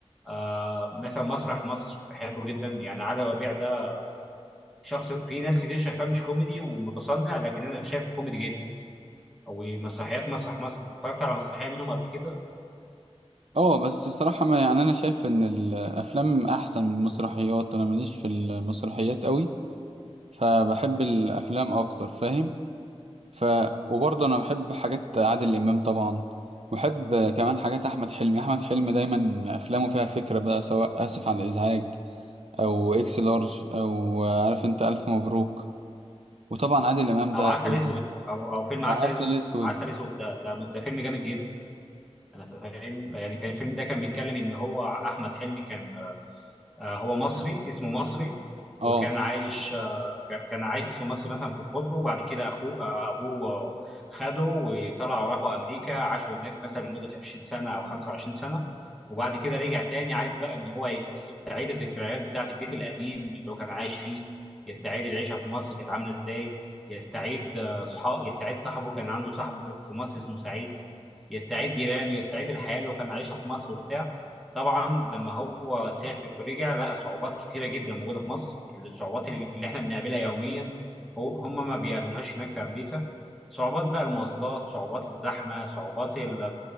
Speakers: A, in the centre; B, on the right.
A: آه مثلا مسرح مصر بحبه جدا يعني علي ربيع ده شخص في ناس كتير شايفاه مش كوميدي ومتصنع لكن انا شايفه كوميدي جدا او مسرحيات مسرح مصر انت اتفرجت على مسرحيه منهم قبل كده
B: اه بس الصراحة ما يعني أنا شايف إن الأفلام أحسن من المسرحيات أنا ماليش في المسرحيات قوي فبحب الأفلام أكتر فاهم ف وبرضه أنا بحب حاجات عادل إمام طبعا وبحب كمان حاجات أحمد حلمي أحمد حلمي دايما أفلامه فيها فكرة بقى سواء آسف على الإزعاج أو إكس لارج أو عارف أنت ألف مبروك وطبعا عادل إمام
A: او
B: ده
A: عسل
B: إذا-
A: اسود او او فيلم عسل
B: أو عسل
A: اسود
B: أسود
A: عسل اسود ده ده ده فيلم جامد جدا انا فاهم يعني كان الفيلم ده كان بيتكلم ان هو احمد حلمي كان آه، آه، هو مصري اسمه مصري
B: اه
A: وكان عايش آه، ك- كان عايش في مصر مثلا في طفولته وبعد كده اخوه آه، ابوه آه، خده وطلعوا راحوا امريكا عاشوا هناك مثلا لمده 20 سنه او 25 سنه وبعد كده رجع تاني عايز بقى ان هو ي- يستعيد الذكريات بتاعه البيت القديم اللي هو كان عايش فيه يستعيد العيشه في مصر كانت عامله ازاي يستعيد آه، صحاب يستعيد صاحبه كان عنده صاحبه في مصر اسمه سعيد يستعيد جيرانه يستعيد الحياه اللي هو كان عايشها في مصر وبتاع طبعا لما هو سافر ورجع لقى صعوبات كتيره جدا موجوده في مصر الصعوبات اللي احنا بنقابلها يوميا هو هم ما بيقابلوهاش هناك في امريكا صعوبات بقى المواصلات صعوبات الزحمه صعوبات ال